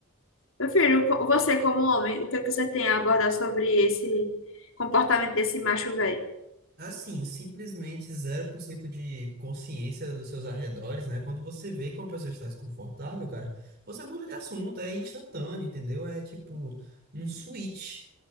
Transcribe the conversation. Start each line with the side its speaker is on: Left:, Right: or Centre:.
Left: Meu filho, co- você como homem, o que é que você tem a abordar sobre esse comportamento desse macho velho?
Right: Assim, simplesmente zero por cento de consciência dos seus arredores, né? Quando você vê que uma pessoa está desconfortável, cara, você muda de assunto, é instantâneo, entendeu? É tipo um switch